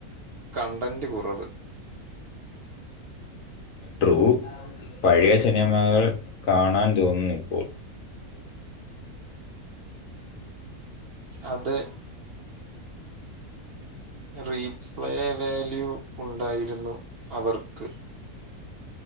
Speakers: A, on the right; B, on the left.
A: കണ്ടന്റ് കുറവ്
B: ത്രു പഴയ സിനിമകൾ കാണാൻ തോന്നുന്നു ഇപ്പോൾ
A: അതെ റീപ്ലേ വാല്യൂ ഉണ്ടായിരുന്നു അവർക്ക്